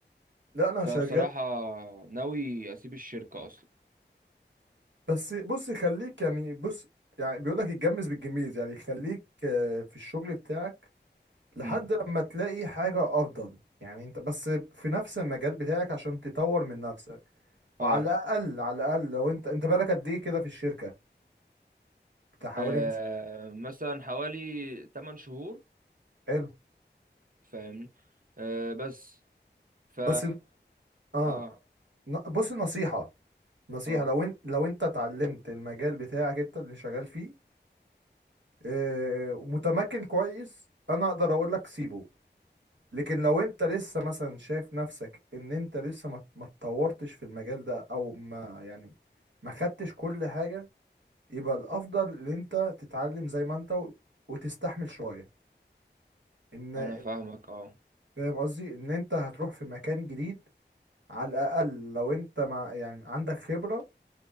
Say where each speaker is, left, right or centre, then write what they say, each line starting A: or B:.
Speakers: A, on the right; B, on the right.
A: لا أنا
B: فبصراحة
A: شغال
B: ناوي أسيب الشركة أصلا
A: بس بص خليك يعني بص يعني بيقول لك اتجمز بالجميز يعني خليك آه، في الشغل بتاعك لحد
B: امم
A: لما تلاقي حاجة أفضل يعني أنت بس في نفس المجال بتاعك عشان تطور من نفسك وعلى
B: اه
A: الأقل على الأقل لو أنت أنت بالك قد إيه كده في الشركة بتاع حوالي
B: آه،
A: مثلا
B: مثلا حوالي 8 شهور
A: حلو
B: فاهمني آه بس ف
A: بس إن- آه
B: اه
A: ن- بص نصيحة نصيحة
B: اه
A: لو أنت لو أنت اتعلمت المجال بتاعك أنت اللي شغال فيه آه، ومتمكن كويس أنا أقدر أقول لك سيبه لكن لو انت لسه مثلا شايف نفسك ان انت لسه ما ما اتطورتش في المجال ده او ما يعني ما خدتش كل حاجة يبقى الافضل ان انت تتعلم زي ما انت و- وتستحمل شويه ان
B: انا فاهمك اه
A: فاهم قصدي ان انت هتروح في مكان جديد على الاقل لو انت مع يعني عندك خبره